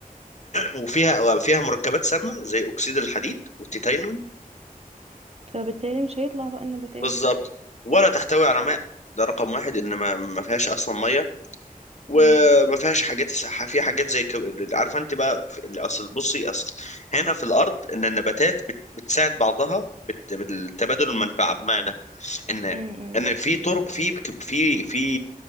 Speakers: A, on the left; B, on the right.
A: وفيها فيها مركبات سامه زي اكسيد الحديد والتيتانيوم
B: فبالتالي مش هيطلع بقى النباتات
A: بالظبط ولا تحتوي على ماء ده رقم واحد ان ما ما فيهاش اصلا ميه وما
B: امم
A: فيهاش حاجات في حاجات زي كو... عارفه انت بقى في... اصل بصي اصل هنا في الارض ان النباتات بت... بتساعد بعضها بت... بالتبادل المنفعه بمعنى ان
B: امم امم.
A: ان في ترب في بك- في في